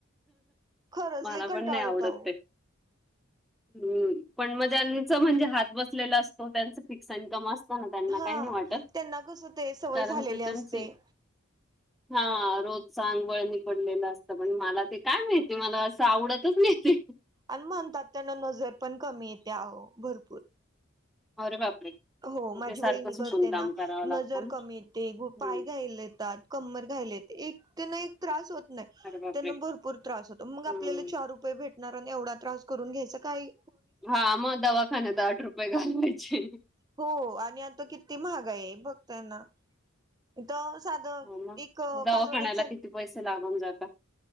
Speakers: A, on the right (about 20°); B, in the centre.
A: खरंच
B: मला
A: लय कंटाळा
B: पण
A: येतो अहो
B: <unintelligible> हम्म पण मग ज्यांचं म्हणजे हात बसलेला असतो त्यांच फिक्स इन्कम अस हो ना त्यांना
A: हा
B: काही नाही वाटत
A: त्यांना कसं ते सवय
B: कारण
A: झालेली
B: ते
A: असते
B: त्यांचे हा रोजचा अनं वळणी पडलेलं असत पण मला ते काय माहिती मला असं आवडतच नाहीे ते
A: आणि म्हणतात त्यांन नजर पण कमी येते अहो भरपूर
B: आरे बापरे!
A: हो
B: मग
A: माझी
B: ते सारखं
A: वहिनी
B: झोपून
A: करते
B: काम
A: ना
B: करावं
A: नजर
B: लागतं ना.
A: कमी येते
B: हं.
A: पाय घायला येतात कंमर घायला येत एक त्यांना एक त्रास होत नाही
B: अरे बापरे!
A: त्यांना भरपूर त्रास होत मग
B: हं.
A: आपल्याला चार रू रुपये भेटणार आणि एवढा त्रास करून घ्यायचा काय
B: हा मग दवाखान्यात आठ रुपये घालवायचे.
A: हो आणि आता किती महागाई आहे बघतायना. इथं साधं
B: हो मग.
A: एक
B: दवाखान्याला
A: कालवनाच
B: किती पैसे लागुण जातात.